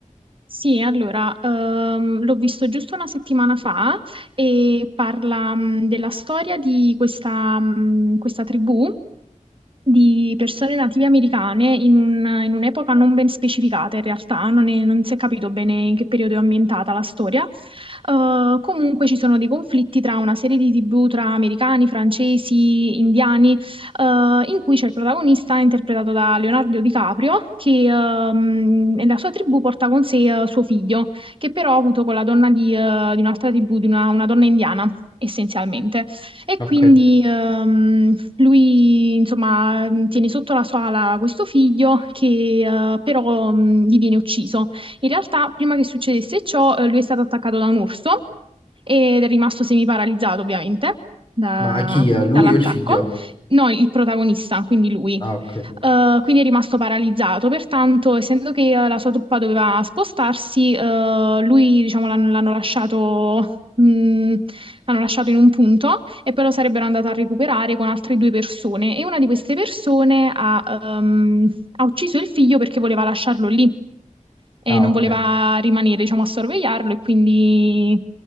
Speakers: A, on the right; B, on the left.
A: Sì, allora, ehm, l'ho visto giusto una settimana fa e parla, mh, della storia di questa, mh, questa tribù di persone native americane in un- in un'epoca non ben specificata, in realtà non, è- non si è capito bene in che periodo è ambientata la storia. Eh, comunque ci sono dei conflitti tra una serie di tribù tra americani, francesi, indiani, eh, in cui c'è il protagonista interpretato da Leonardo DiCaprio che ehm, nella sua tribù porta con sé eh, suo figlio, che però ha avuto con la donna di, eh, di un'altra tribù, di una una donna indiana, essenzialmente. E
B: Ok,
A: quindi ehm, lui, insomma, tiene sotto la sua ala questo figlio che eh, però mh, gli viene ucciso. In realtà, prima che succedesse ciò, eh, lui è stato attaccato da un urso ed è rimasto semiparalizzato ovviamente da-
B: ma chi è? Lui
A: dall'attacco.
B: o il figlio?
A: No, il protagonista, quindi lui.
B: Ah, ok.
A: Eh, quindi è rimasto paralizzato, pertanto, essendo che eh, la sua truppa doveva spostarsi, eh, lui, diciamo, l'hanno l'hanno lasciato, mh, l'hanno lasciato in un punto e poi lo sarebbero andato a recuperare con altre due persone. E una di queste persone ha, ehm, ha ucciso il figlio perché voleva lasciarlo lì e
B: Ah,
A: non
B: ok.
A: voleva rimanere, diciamo, a sorvegliarlo e quindi